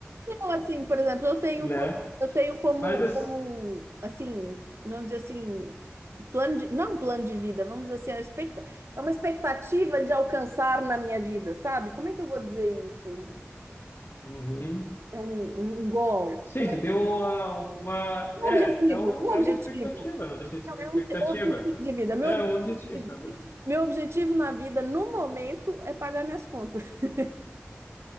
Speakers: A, on the right (about 65°); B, on the left (about 55°).
A: não, assim, por exemplo, eu tenho
B: né?
A: como, eu tenho como,
B: Mas,
A: como, assim, vamos dizer assim, plano de, não um plano de vida, vamos dizer assim, é uma expecta- é uma expectativa de alcançar na minha vida, sabe? Como é que eu vou dizer isso?
B: assim,
A: É um, um goal?
B: Sim,
A: Como
B: você
A: é?
B: tem uma, uma,
A: Um
B: é,
A: objetivo,
B: é uma,
A: um objetivo.
B: é uma expectativa, não deixa de ser
A: Não,
B: uma
A: é
B: expectativa.
A: um objetivo de vida. Meu
B: É
A: objetivo
B: um objetivo, talvez.
A: Meu objetivo na vida, no momento, é pagar minhas contas. <laughs>